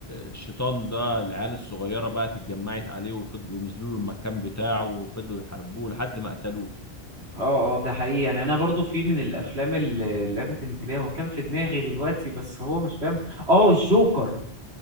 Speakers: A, on the left; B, on the right.
A: الشيطان ده العيال الصغيره بقى اتجمعت عليه وفضلوا ينزلوا له المكان بتاعه وفضلوا يحاربوه لحد ما قتلوه
B: اه اه ده حقيقي يعني انا برضو في من الافلام اللي لفت انتباهي وكان في دماغي دلوقتي بس هو مش فاهم اه الجوكر